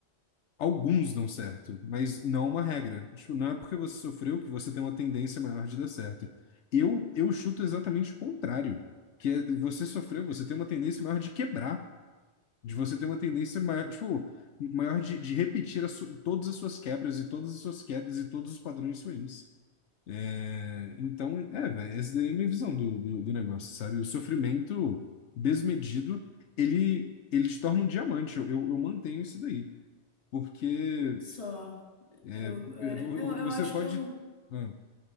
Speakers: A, on the left; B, on the left.
A: alguns dão certo, mas não é uma regra. Tipo, não é porque você sofreu que você tem uma tendência maior de dar certo. Eu, eu chuto exatamente o contrário, que é, você sofreu, você tem uma tendência maior de quebrar. De você ter uma tendência maior, tipo, maior de, de repetir as su- todas as suas quebras e todas as suas quedas e todos os padrões ruins. É, então, é, velho, essa daí é a minha visão do, do, do negócio, sabe? O sofrimento desmedido, ele, ele te torna um diamante. Eu, eu, eu mantenho isso daí. Porque
B: Só,
A: é,
B: eu,
A: é,
B: é,
A: vo-
B: não,
A: vo- você
B: eu acho
A: pode.
B: que eu
A: ah,